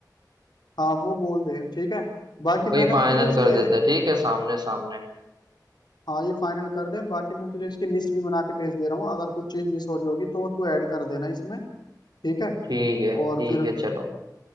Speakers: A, on the left (about 80°); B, on the right (about 75°).
A: हाँ वो बोल दे ठीक है बाकी
B: तो वही
A: मैंने
B: फाइनल
A: तुझे इसके
B: कर देते हैं, ठीक है सामने सामने
A: हाँ ये फाइनल कर दे बाकी मैं तुझे इसकी लिस्ट भी बना के भेज दे रहा हूँ अगर कुछ चीज़ मिस हो रही होगी तो तू ऐड कर देना इसमें ठीक है
B: ठीक है ठीक
A: और फिर
B: है चलो